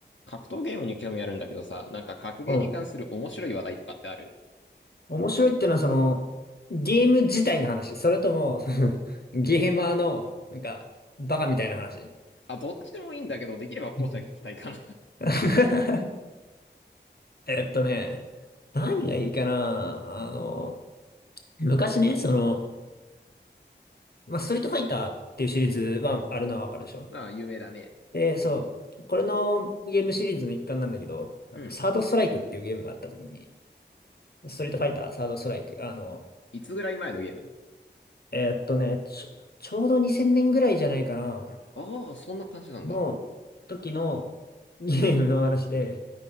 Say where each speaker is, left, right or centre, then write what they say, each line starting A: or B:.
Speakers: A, on the left; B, on the left.
A: 格闘ゲームに興味あるんだけどさ、なんか格ゲーに関する面白い話題とかってある
B: うん。面白いってのは、その、ゲーム自体の話。それとも、<laughs> そのゲーマーの、なんか、バカみたいな話。
A: あ、どっちでもいいんだけど、できれば後者聞きたいかな。
B: うん <laughs> えっとね、何がいいかな。あの、昔ね、その、まあ、ストリートファイターっていうシリーズはあるのはわかるでしょ。
A: <laughs> ああ、有名だね。
B: で、そう、これのゲームシリーズの一環なんだけど、あの、
A: うん。
B: サードストライクっていうゲームがあった時に、ストリートファイター、サードストライク、あの、
A: いつぐらい前のゲーム
B: えっとね、ちょ、ちょうど2000年ぐらいじゃないかな。
A: ああ、そんな感じなんだ。
B: の時のゲームの話で、